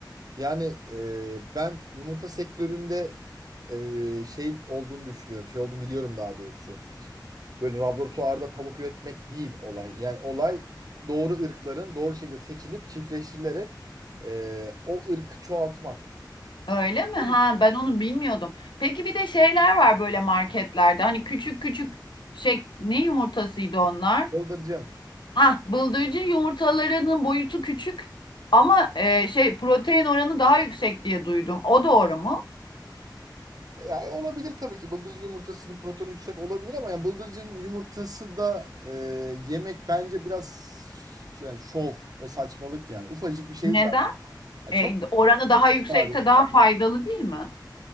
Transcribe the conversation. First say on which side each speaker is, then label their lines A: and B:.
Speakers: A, on the right; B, on the left.
A: Yani e, ben yumurta sektöründe e, şey olduğunu düşünüyorum. Şey olduğunu biliyorum daha doğrusu böyle laboratuvarda tavuk üretmek değil olay. Yani olay doğru ırkların doğru şekilde seçilip çiftleştirilerek e, o ırkı çoğaltmak.
B: Öyle mi?
A: O
B: Ha
A: yüzden
B: ben onu bilmiyordum. Peki bir de şeyler var böyle marketlerde. Hani küçük küçük şey ne yumurtasıydı onlar?
A: bıldırcın.
B: Ha, bıldırcın yumurtalarının boyutu küçük ama e, şey protein oranı daha yüksek diye duydum. O doğru mu?
A: Yani olabilir tabii ki. Bıldırcın yumurtasının protonu yüksek olabilir ama yani bıldırcın yumurtası da e, yemek bence biraz yani şov ve saçmalık yani. Ufacık bir şey
B: Neden?
A: zaten. Yani
B: E,
A: çok
B: oranı daha yüksekse
A: miktarı
B: daha faydalı değil mi?